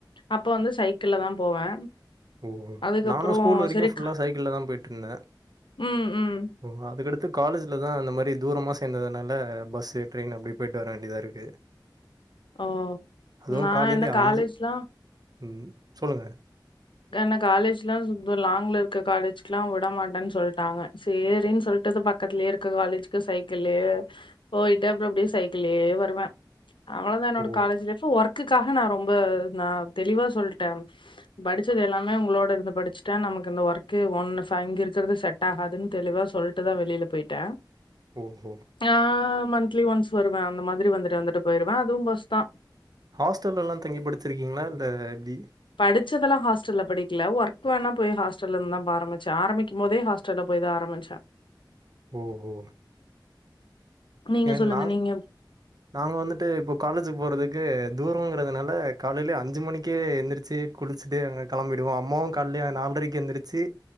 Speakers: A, on the left (about 90°); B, on the right (about 55°).
A: அப்போ வந்து சைக்கிள் தா போவே
B: ஓ
A: அதுக்கப்புறோ
B: நானு ஸ்கூல் வரைக்கு
A: சரி
B: ஃபுல்லா
A: க-
B: சைக்கிள் தா போயிட்டு இருந்த
A: ம் ம்
B: ஓ அதுக்கடுத்து காலேஜில தா அந்த மாதிரி தூரமாக சேர்ந்ததுனால பஸ் ட்ரெயின் அப்படி போயிட்டு வர வேண்டியதாக இருக்கு
A: ஓ
B: அதுவு
A: நா
B: காலையில
A: என்ன காலேஜ்லா
B: அஞ்சு ம் சொல்லுங்க.
A: கன காலேஜ் எல்லா லாங் இருக்க காலேஜ்க்கு எல்லா விடமாட்டேன்னு சொல்லிட்டாங்க சரின்னு சொல்லிட்டு பக்கத்துலயே இருக்க காலேஜ்க்கு சைக்கிளயே போயட்டு அப்புறம் அப்படியே சைக்கிளயே வருவே அவள தா என்னோட
B: ஓ
A: காலேஜ் லைப் ஒர்க க்காக நா ரொம்ப நா தெளிவா சொல்லிட்ட படிச்சது எல்லாமே உங்களோட இருந்து படிச்சட்ட நமக்கு இந்த ஒர்க்கு ஒன்னு ஃபங் இருக்கிறது செட் ஆகாதுன்னு தெளிவா சொல்லிட்டு தா வெளில்ல போய்ட்ட
B: ஓஹோ
A: ஆ மன்த்லி ஒன்ஸ் வருவே அந்த மாதிரி வந்துட்டு வந்துட்டு போயிருவா அதுவு பஸ் தா
B: ஹாஸ்டல்ல எல்லா தங்கி படிச்சிருக்கீங்களா இல்ல எப்படி
A: படிச்சதெல்லா ஹாஸ்டல்ல படிக் இல்ல ஒர்க் வேணா போய் ஹா்டல்ல இருந்து தா ஆரம்பிச்ச ஆரம்பிக்கு போதே ஹாஸ்டல்ல போய் தா ஆரம்பிச்ச
B: ஓ ஒ
A: நீங்க
B: ஏன்
A: சொல்லுங்க
B: நா
A: நீங்க
B: நாங்க வந்துட்டு இப்போ காலேஜ் போறதுக்கு தூரங்கிறதுனால காலையில அஞ்சு மணிக்கே எந்திரச்சி குளிச்சுட்டு அங்க கிளம்பிடுவோ அம்மாவும் காலைலே நாலரைக்கு எழுந்திரிச்சு